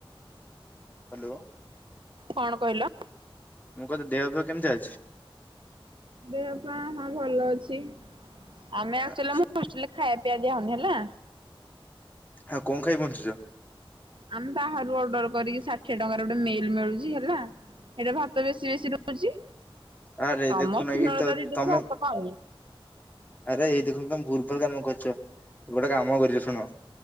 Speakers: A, on the left; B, on the right.
A: ହ୍ୟାଲୋ।
B: କଣ କହିଲ?
A: ମୁଁ କହୁଥିଲି ଦେହ ଫେଅ କେମତି ଅଛି?
B: ଦେହପା ହଁ ଭଲ ଅଛି, ଆମେ ଆକଚୁଆଲି
A: ଆଚ୍ଛା
B: ଆମ ହଷ୍ଟେଲ ଖାଇବା ପିଆ ଦିଆ ହଉନି ହେଲା।
A: ଆଉ କଣ ଖାଇ ବଞ୍ଚୁଛ?
B: ଆମେ ବାହାରୁ ଅର୍ଡର କରିକି ଷାଠିଏ ଟଙ୍କାରେ ଗୋଟେ ମିଲ ମିଳୁଛି ହେଲା। ଏଇଟା ଭାତ ବେଶୀ ବେଶୀ ରହୁଛି।
A: ଆରେ
B: ତମ
A: ଦେଖୁନ
B: ସ୍ନେହଲତା
A: ଏଇ ତ
B: ଦିଦିକୁ
A: ତମେ
B: ଭାତ କମ
A: ଆରେ ଏଇ ଦେଖନ୍ତ ତ ଭୁଲଭାଲ୍ କାମ କର ଗୋଟେ କାମ କରିଛ ଶୁଣ